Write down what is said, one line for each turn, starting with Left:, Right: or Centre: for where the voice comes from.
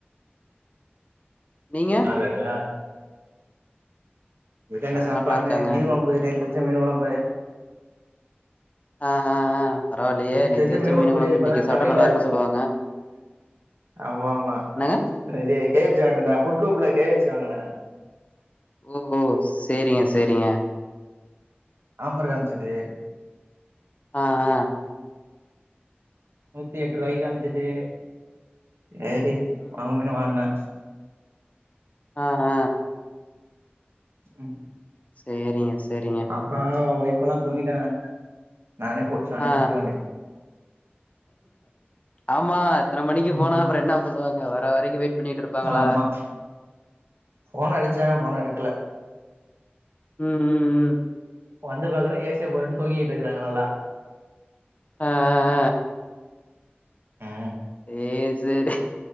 Left: நீங்க
Right: சரிங்கலா எங்க வீட்ல என்ன
Left: ஆ
Right: சாப்பாடுனு
Left: எல்லா நல்லா இருக்காங்க.
Right: மீனு கொழம்பு நேத்து வச்ச மீன் கொழம்பு
Left: ஆ ஆ ஆ பரவாயில்லயே!
Right: நேத்து வச்ச மீன் கொழம்பு
Left: குழம்பு
Right: இப்பதா
Left: இன்னைக்கு சாப்ட்டா
Right: கடையில
Left: நல்லா இருக்குன்னு சொல்லுவாங்க.
Right: ஆமா ஆமா
Left: என்னங்க?
Right: இது கே ஃப் சி வாங்கதா புட்லூப்ல கே எஃப் சி வாங்கினே
Left: ஓ ஓ சேரிங்க சேரிங்க
Right: ஆஃபர் காமிச்சது
Left: ஆ ஆ
Right: நூத்தி எட்டு ரூவானு காமிச்சது சேரி
Left: ம்.
Right: வாங்குமேனு வாங்கினே
Left: ஆ ஆ
Right: உ
Left: சேரிங்க சேரிங்க
Right: பா ஒய்ஃப்ல்லா தூங்கிட்டாங்க நானே போட்டு நானே
Left: ஆ.
Right: சாப்டுக்க வேண்டியதா
Left: ஆமா இத்தன மணிக்கு
Right: ம்
Left: போனா அப்புற என்ன பண்ணுவாங்க வர வரைக்கு வெயிட் பண்ணிட்டு இருப்பாங்களா?
Right: ஆமா ஃபோன் அடிச்சாங்க ஃபோன எடுக்கல
Left: உ உ உ
Right: வந்து பாக்குறே ஏ சிய போட்டுட்டு தூங்கிட்டு இருக்கறாங்க நல்லா
Left: ஆ ஆ
Right: ஆ
Left: சேரி சேரி